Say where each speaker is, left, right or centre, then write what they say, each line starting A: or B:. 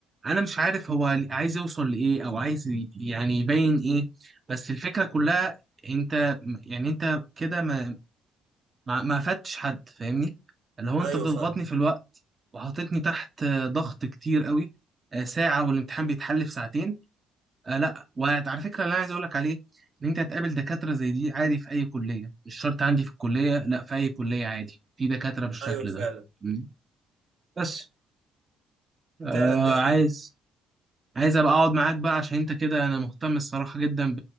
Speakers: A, on the right; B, on the right.
A: انا مش عارف هو عايز يوصل لايه او عايز ي- يعني يبين ايه بس الفكره كلها انت يعني انت كده ما ما ما فدتش حد فاهمني اللي هو انت
B: ايوه
A: بتضغطني
B: فاهم
A: في الوقت وحطيتني تحت آه، ضغط كتير قوي آه، ساعه والامتحان بيتحل في ساعتين آه لا وعلى فكره اللي انا عايز اقول لك عليه ان انت هتقابل دكاتره زي دي عادي في اي كليه مش شرط عندي في الكليه لا في اي كليه عادي في دكاتره بالشكل
B: ايوه فعلا
A: ده م. بس آه
B: فعلا دي حقيقة
A: عايز عايز ابقى اقعد معاك بقى عشان انت كده انا مهتم الصراحة جدا ب...